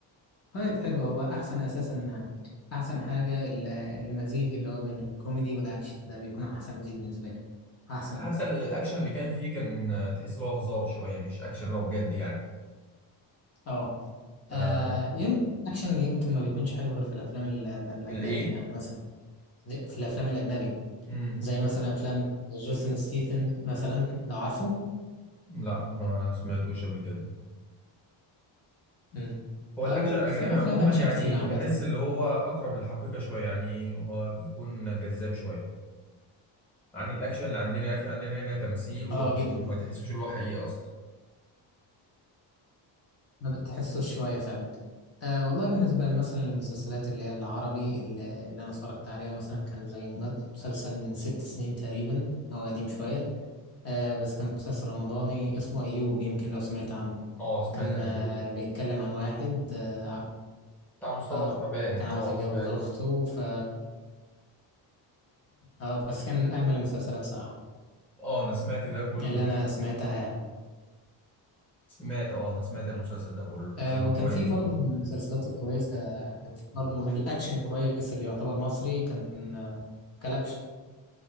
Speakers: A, on the left; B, in the centre.
A: طيب حلو هو أحسن أساسا يعني، أحسن حاجة ال- المزيج اللي هو بين الكوميدي والأكشن ده بيكون أحسن مزيج بالنسبة لي أحسن
B: حتى
A: ميكس
B: ال- الأكشن اللي كان فيه كان آه، تحس إن هو هزار شوية مش أكشن اللي هو بجد يعني
A: أه
B: آه
A: آه، يمكن الأكشن يمكن ما بيكونش حلو غير في الأفلام ال- ال- الأجنبي
B: الإيه؟
A: يعني مثلا زي- في الأفلام الأجنبي
B: مم.
A: زي مثلا أفلام جوسن ستيثن مثلا لو عارفه
B: لا ما سمعتوش قبل كده
A: مم.
B: هو
A: أو
B: الاكشن الاجنبي
A: في أفلام
B: عموما
A: أكشن
B: يعني
A: كتير عامة
B: تحس اللي هو اقرب للحقيقه شويه يعني هو بيكون جذاب شويه عن الاكشن اللي عندنا الاكشن عندنا هنا تمثيل و-
A: أه جدا
B: وما تحسوش اللي هو حقيقه اصلا
A: ما بتحسوش شوية فعلا أه والله بالنسبة لي مثلا للمسلسلات اللي هي العربي اللي, اللي أنا اتفرجت عليها مثلا كان زي م- مسلسل من ست سنين تقريبا أو قديم شوية أه بس كان مسلسل رمضاني اسمه أيوب يمكن لو سمعت عنه
B: اه سمعت
A: كان
B: ايوب
A: أه بيتكلم عن واحد اه ع-
B: بتاع مصطفى
A: آه،
B: شعبان
A: كان
B: اه
A: عاوز يتجوز
B: سمعته
A: أخته ف اه بس كان أجمل المسلسلات صراحة
B: اه انا سمعت ده كله
A: اللي أنا سمعتها يعني
B: سمعت اه انا سمعت المسلسل ده كله
A: أه
B: كان
A: وكان
B: كويس
A: في برضه
B: برضه
A: من المسلسلات الكويسة كان في برضه من الأكشن الكويس اللي يعتبر مصري كان آه، كلبش